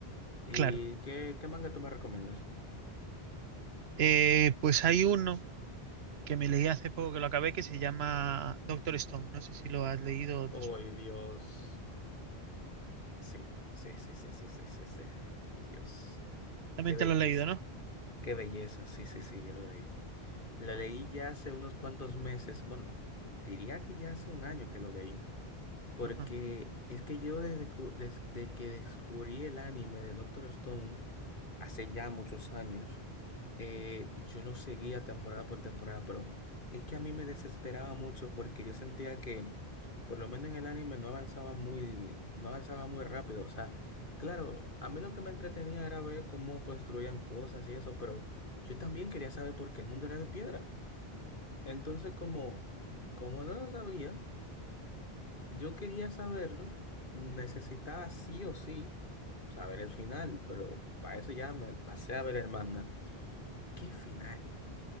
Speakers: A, on the left (about 55°); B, on the right (about 80°).
A: ¿Y
B: claro.
A: qué, qué manga tú me recomiendas?
B: Eh, pues hay uno que me leí hace poco que lo acabé, que se llama Doctor Stone. No sé si lo has leído o
A: Ay,
B: te suena.
A: Dios. Sí, sí, sí, sí, sí, sí, sí, sí. Dios,
B: También
A: qué belleza,
B: te lo has leído, ¿no?
A: qué belleza, sí, sí, sí, yo lo leí. Lo leí ya hace unos cuantos meses, bueno, diría que ya hace un año que lo leí. Porque
B: Ajá.
A: es que yo desde, cu- desde que descubrí el anime de Doctor Stone, hace ya muchos años, eh, yo lo seguía temporada por temporada, pero es que a mí me desesperaba mucho porque yo sentía que, por lo menos en el anime, no avanzaba muy, no avanzaba muy rápido. O sea, claro, a mí lo que me entretenía era ver cómo construían cosas y eso, pero yo también quería saber por qué el mundo era de piedra. Entonces, como, como no lo sabía, yo quería saberlo, necesitaba sí o sí saber el final, pero para eso ya me pasé a ver el manga. ¿Qué final?